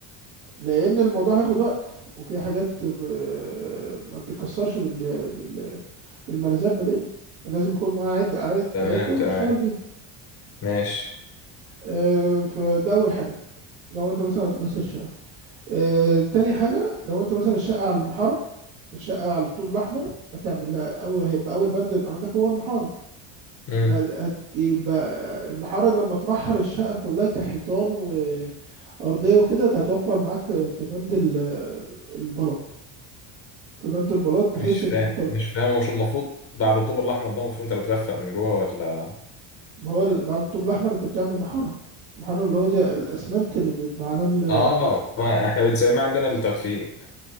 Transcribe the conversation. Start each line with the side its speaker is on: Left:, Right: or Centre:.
Right: لأن الموضوع هياخد وقت وفي حاجات ب... ما بتتكسرش بال... بال... بالمرزبة دي لازم يكون معاه عدة عدة
Left: تمام
Right: عدة
Left: تمام
Right: تشتغل بيها
Left: ماشي
Right: آه، فده أول حاجة لو أنت مثلا هتكسر شقة آه، تاني حاجة لو انت مثلا الشقة على المحارة الشقة على الطوب الأحمر هتعمل لها أو هيبقى أول بند يبقى عندك هو المحارة
Left: امم
Right: فهتبقى المحارة لما تمحر الشقة كلها كحيطان وأرضية وكده ده هتوفر معاك في في بند ال- البلاط في بند البلاط بحيث
Left: مش فاهم
Right: إن انت
Left: مش فاهم هو مش المفروض بعد الطوب الاحمر ده المفروض انت بتغفق من جوه ولا
Right: ما هو ال- بعد الطوب الأحمر انت بتعمل محارة محارة اللي هو زي الأسمنت اللي بيبقى على ال
Left: اه ما احنا بنسمي عندنا التخفيق